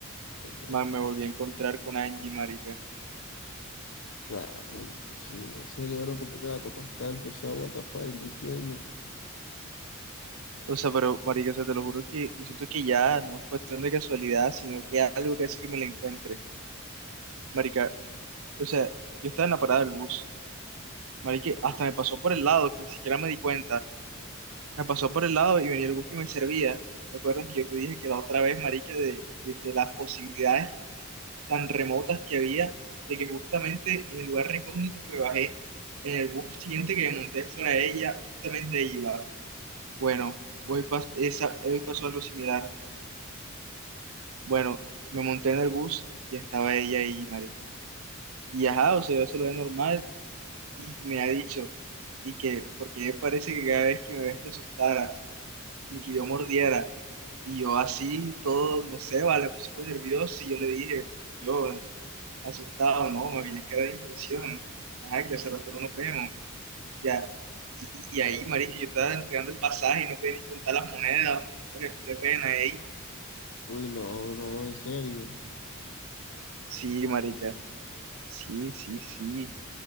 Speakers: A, on the left; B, on the right.
A: Cuéntame.
B: Man, me volví a encontrar con Angie, marica.
A: Nah, imposible. En serio, bro, ¿por qué te la topas tanto? O sea, what the fuck, no entiendo.
B: O sea, pero, marica, o sea, te lo juro que yo siento que ya no es cuestión de casualidad, sino que algo que hace que me la encuentre. Marica, o sea, yo estaba en la parada del bus. Marica, hasta me pasó por el lado, que ni siquiera me di cuenta. Me pasó por el lado y venía el bus que me servía. ¿Te acuerdas que yo te dije que la otra vez, marica, de, de, de las posibilidades tan remotas que había, de que justamente en el lugar recógnito que me bajé, en el bus siguiente que me monté fuera de ella, justamente ahí iba. Bueno, hoy, pas- esa, hoy pasó algo similar. Bueno, me monté en el bus y estaba ella ahí, marico. Y ajá, o sea, yo se lo veo normal y me ha dicho, y que, porque parece que cada vez que me ves te asustaras, ni que yo mordiera. Y yo así, todo, no sé, vale, puse nervioso y yo le dije, yo, asustado, ¿no? Me había quedado de impresión. Ajá, que hace rato no nos vemos. Ya. Y, y ahí, marica, yo estaba entregando el pasaje y no podía ni contar las monedas. Era de pena ahí.
A: Uy, no, bro, en serio.
B: Sí, marica. Sí, sí, sí.